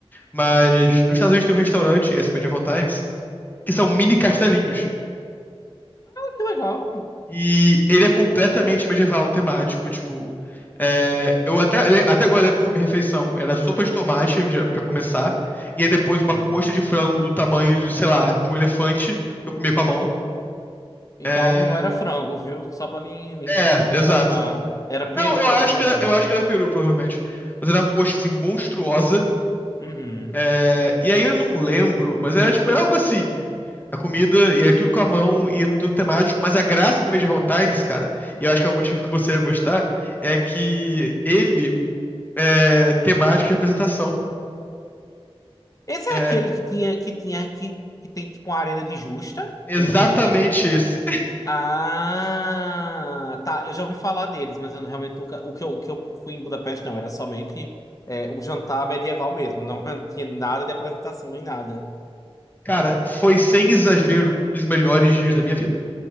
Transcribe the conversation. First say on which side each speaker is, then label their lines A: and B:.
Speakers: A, on the left; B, on the left.
A: Mas nos Estados Unidos tem um restaurante, esse Medieval Times, que são mini castelinhos.
B: que legal.
A: E ele é completamente medieval temático, tipo. é, eu até, eu até agora lembro qual foi a minha refeição. Era sopa de tomate já- pra começar, e aí depois
B: Uhum.
A: uma coxa de frango do tamanho de, sei lá, de um elefante que eu comia com a mão.
B: Então
A: É,
B: não era frango, viu? Só para lhe, lhe-
A: é,
B: lhe informar.
A: exato.
B: Era peru,
A: Não, eu
B: provavelmente.
A: acho que era, eu acho que era peru, provavelmente. Mas era uma coxa assim monstruosa,
B: Uhum.
A: É, e aí eu não lembro, mas era tipo, era algo assim. A comida, e aí tudo com a mão, e é tudo temático, mas a graça do Medieval Times, cara, e eu acho que é o motivo que você ia gostar, é que ele é temático de apresentação.
B: Esse
A: É
B: é aquele que tinha, que tinha, que, que tem tipo uma arena de justa
A: exatamente
B: dentro dele.
A: esse.
B: Ah, tá. Eu já ouvi falar deles, mas eu não- realmente nunca. O que eu, o que eu fui em Budapeste não, era somente é, o jantar medieval mesmo. Não <laughs> tinha nada de apresentação nem nada.
A: Cara, foi sem exagero um dos melhores dias da minha vida.